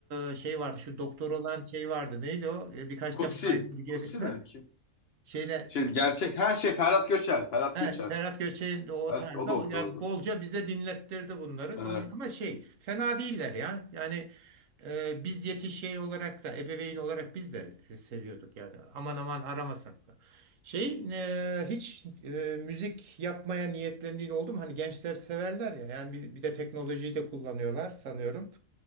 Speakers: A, on the right (about 70°); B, on the left (about 55°).
A: e, şey vardı. Şu doktor olan şey vardı. Neydi o? E, Birkaç
B: Kutsi.
A: defa ayrıldı geri.
B: Kutsi mi? Kim?
A: Şeyde
B: Şey
A: birkaç
B: gerçek her şey Ferhat Göçer. Ferhat
A: he,
B: Göçer.
A: Ferhat Göçer'in de o
B: Ferhat,
A: tarzda
B: o doktordu.
A: o- yani bolca bize dinlettirdi bunları.
B: Ee,
A: Dolayısıyla ama şey fena değiller ya. Yani e, biz yetiş şey olarak da ebeveyn olarak biz de e, seviyorduk yani. Aman aman aramasak da. Şey e, hiç e, müzik yapmaya niyetlendiğin oldu mu? Hani gençler severler ya. Yani bir, bir de teknolojiyi de kullanıyorlar sanıyorum.